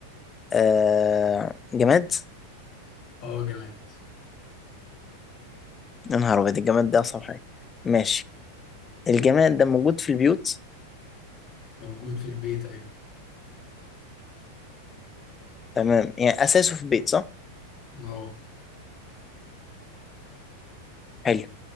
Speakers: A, on the left; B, on the left.
A: آه جماد
B: أهو أه جماد
A: يا نهار ابيض الجماد ده اصعب حاجة ماشي الجماد ده موجود في البيوت
B: موجود في البيت أيوه
A: تمام يعني اساسه في البيت صح
B: أه
A: حلو